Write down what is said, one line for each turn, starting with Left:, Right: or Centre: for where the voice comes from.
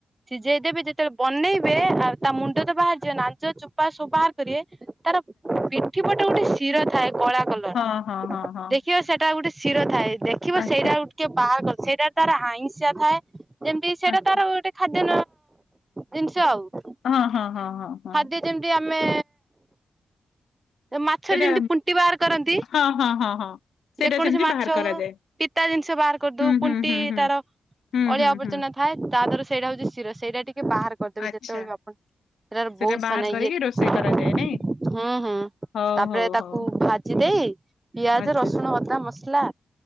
Right: ସିଝେଇ ଦେବେ ସେ ବନେଇବେ ଆଉ ତା ମୁଣ୍ଡ ତ ବାହାରିଯିବ ନାଜ ଚୋପା ସବୁ ବାହାର କରିବେ ତାର ପି ପିଠି ପଟେ ଗୋଟେ ଶିରା ଥାଏ କଳା କଲର୍
Left: ହଁ,
Right: ର
Left: ହଁ, ହଁ, ହଁ।
Right: ଦେଖିବେ ସେଟା ଗୋଟେ ଶୀର ଥାଏ ଦେଖିବେ
Left: ଆଚ୍ଛା,
Right: ସେଇଟା ଟିକେ ବାହାର କରିବେ ସେଇଟା ତାର ଆଇଁସିଆ ଥାଏ। ଯେମିତି ସେଇଟା
Left: ଆଚ୍ଛା।
Right: ତାର ଗୋଟେ ଖାଦ୍ୟ ଜିନିଷ ଆଉ।
Left: ହଁ ହଁ ହଁ ହଁ। ହଁ।
Right: ଖାଦ୍ୟ ଯେମିତି ଆମେ ମାଛରେ
Left: ସେଇଟା
Right: ଯେମିତି ପୁଣ୍ଟି ବାହାର କରନ୍ତି
Left: ହଁ ହଁ ହଁ ହଁ। ସେଇଟା
Right: ଯେକୌଣସି
Left: ସେମିତି
Right: ମାଛ
Left: ବାହାର
Right: ହଉ
Left: କରାଯାଏ
Right: ପିତା ଜିନିଷ ବାହାର କରିଦଉ
Left: ହୁଁ
Right: ପୁଣ୍ଟି
Left: ହୁଁ ହୁଁ ହୁଁ
Right: ତାର ଅଳିଆ
Left: ହୁଁ
Right: ଆବର୍ଜନା
Left: ହୁଁ।
Right: ଥାଏ ତା ଦେହର ସେଇଟା ହଉଛି ଶିର ସେଇଟା ଟିକେ ବାହାର କରିଦେବେ
Left: ଆଚ୍ଛା।
Right: ଯେତେବେଳେ ବି ଆପଣ ସେଟାରେ
Left: ସେଇଟା
Right: ବହୁତ
Left: ବାହାର
Right: ମାନେ
Left: କରିକି
Right: ଇଏ ଥାଏ
Left: ରୋଷେଇ କରାଯାଏ ନାଇଁ?
Right: ହଁ ହଁ।
Left: ହଉ,
Right: ତାପରେ
Left: ହଉ,
Right: ତାକୁ
Left: ହଉ।
Right: ଭାଜି ଦେଇ ପିଆଜ
Left: ଆଚ୍ଛା,
Right: ରସୁଣ ଅଦା ମସଲା